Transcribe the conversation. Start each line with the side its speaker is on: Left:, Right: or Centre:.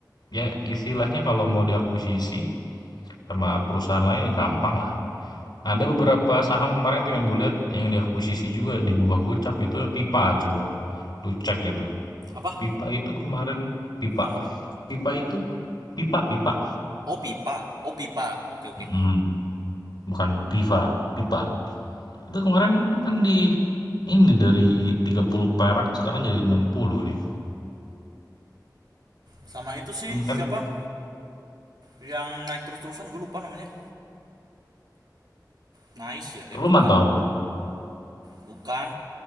Left: Ya, istilahnya kalau mau diakuisisi sama perusahaan lain ya gampang lah Nah, Ada beberapa saham kemarin tuh yang gue lihat yang diakuisisi juga di bawah Gocap itu Pipa coba. Lu cek itu.
Right: Apa?
Left: Pipa itu kemarin Pipa.
Right: Sama apa?
Left: Pipa itu Pipa Pipa.
Right: Oh pipa. Oh pipa. Oke oke.
Left: Mm, bukan Piva, Pipa. Itu kemarin kan di ini dari 30 perak sekarang jadi 60 deh
Right: Sama itu sih siapa?
Left: kan
Right: Yang naik terus-terusan gue lupa namanya. Nice ya? Eh bukan.
Left: lu mantau gue
Right: Bukan.